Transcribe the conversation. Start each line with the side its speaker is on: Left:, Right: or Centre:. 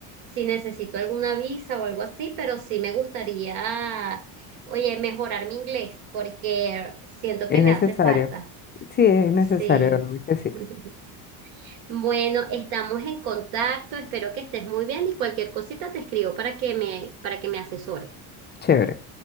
Right: si necesito alguna visa o algo así, pero sí me gustaría, oye, mejorar mi inglés porque siento
Left: Es
Right: que me
Left: necesario.
Right: hace falta.
Left: Sí, es necesario,
Right: Sí.
Left: de verdad que sí.
Right: <laughs> Bueno, estamos en contacto, espero que estés muy bien y cualquier cosita te escribo para que me, para que me asesores.
Left: Chévere.